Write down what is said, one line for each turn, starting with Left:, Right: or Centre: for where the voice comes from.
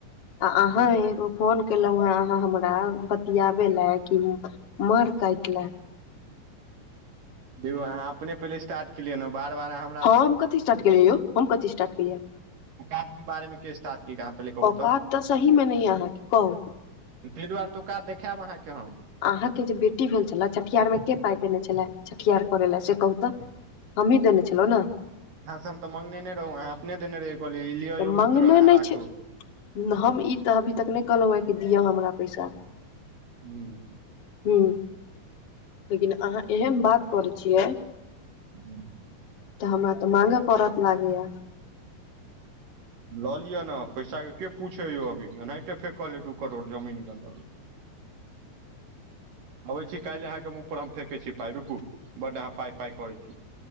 Left: आ अहाँ एगो, फोन केलहु अहाँ हमरा बतियाबे ले कि मार काट ला,
Right: देखौ अहाँ अपने पहिले स्टार्टे केलियै ने बार बार आहाँ,
Left: हँ हम कथि स्टार्ट केलेयै यौ हम कथि स्टार्ट केलियै।
Right: ओकाद के बारेमे के स्टार्ट केल्कैय अहाँ, पहिले कहू
Left: औकात तऽ सही मे नैय अहाँ के कहू,
Right: ताहि दुआरे त ओकात देखायब अहाँकेँ हम,
Left: अहाँके जे बेटी भेल छला छठिहारमे के पाइ देने छलैहा छठियहार करय लए से कहू तऽ, हमही देने छलौ न,
Right: अहाँ से हम तऽ मंगने नैय रहू अहाँ अपने देने रहिये कहलियै ई लि
Left: तऽ
Right: यौ
Left: मंगने
Right: मित्र अहाँ
Left: नहि
Right: राखू,
Left: छै हम ई तऽ अभी तक नहि कहलहुँ हँ कि दिअ हमरा पैसा।
Right: हूँ।
Left: हुँ लेकिन अहाँ एहन बात करै छियै,
Right: हू।
Left: तऽ हमरा तऽ मांगे पड़त लागैया।
Right: लऽ लिअ न पैसा के पूछैयौ अभी ऐनाहिते फेकल है डूक। दू करोड़ जमीन के अंदर आबै छी कायल अहाँके मुँह, पर हम फेके छी पाई रुकु बड़ अहाँ पाई पाई करै छी।